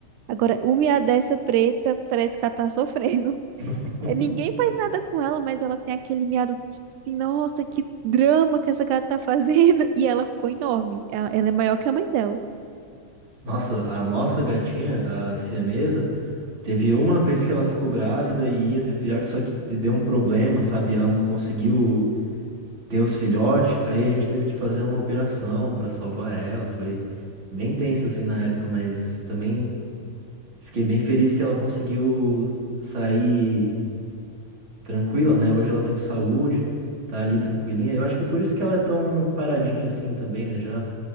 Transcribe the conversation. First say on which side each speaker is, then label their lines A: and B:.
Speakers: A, on the right (about 80°); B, on the right (about 40°).
A: Agora, uma dessa preta parece que ela tá <laughs> sofrendo.
B: <laughs>
A: É, Ninguém faz nada com ela, mas ela tem aquele miado assim, nossa, que drama que essa gata tá fazendo. <laughs> E ela ficou enorme. Ela ela é maior que a mãe dela.
B: Nossa, a nossa gatinha, a siamesa, teve uma vez que ela ficou grávida e ia ter filhote, só que de- deu um problema, sabe? Ela não conseguiu ter os filhotes, aí a gente teve que fazer uma operação pra salvar ela. Foi bem tenso assim na época, mas também fiquei bem feliz que ela conseguiu sair tranquila, né? Hoje ela tem saúde, tá ali tranquilinha. Eu acho que por isso que ela é tão paradinha assim também, né? Já